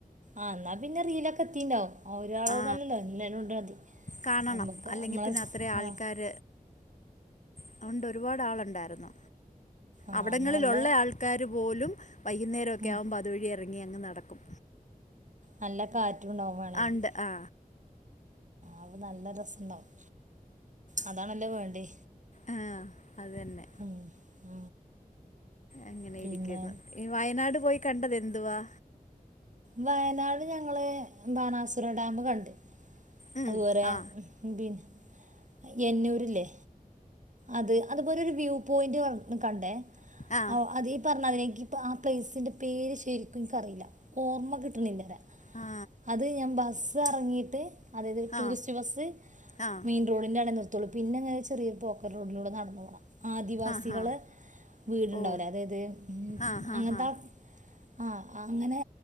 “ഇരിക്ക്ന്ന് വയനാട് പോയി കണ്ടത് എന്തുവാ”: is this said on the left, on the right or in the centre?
Left